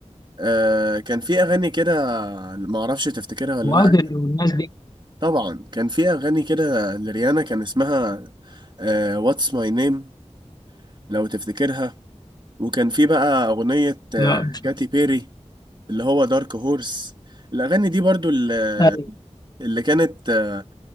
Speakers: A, on the right; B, on the left.
A: آه، كان في أغاني كده معرفش تفتكرها ولا
B: وادل
A: لأ
B: والناس دي
A: طبعا كان في اغاني كده لريانا كان اسمها واتس ماي نيم لو تفتكرها وكان في بقى اغنية آه،
B: لا مش
A: كاتي
B: عارف.
A: بيري اللي هو دارك هورس الاغاني دي برضو اللي
B: ايوه
A: اللي كانت آه،